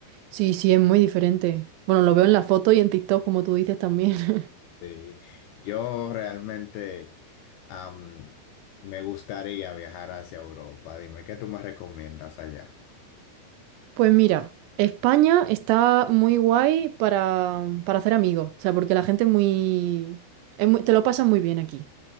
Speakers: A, on the right; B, on the left.
A: Sí, sí, es muy diferente. Bueno, lo veo en la foto y en TikTok, como tú dices también. <laughs>
B: Sí. Yo realmente am, me gustaría viajar hacia Europa. Dime, ¿qué tú me recomiendas allá?
A: Pues mira, España está muy guay para, para hacer amigos. O sea, porque la gente es muy, es muy- Te lo pasan muy bien aquí.